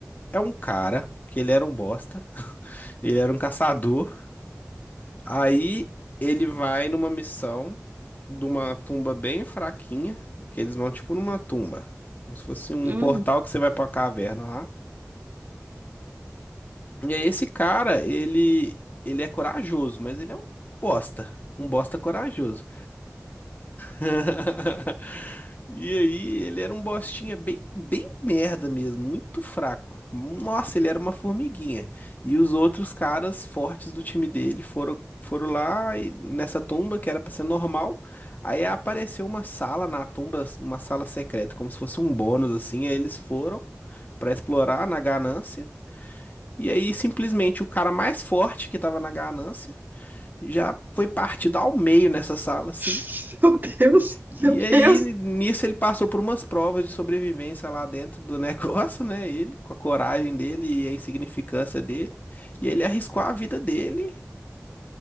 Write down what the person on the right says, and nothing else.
Hum.
<laughs> Meu Deus,
meu
Deus.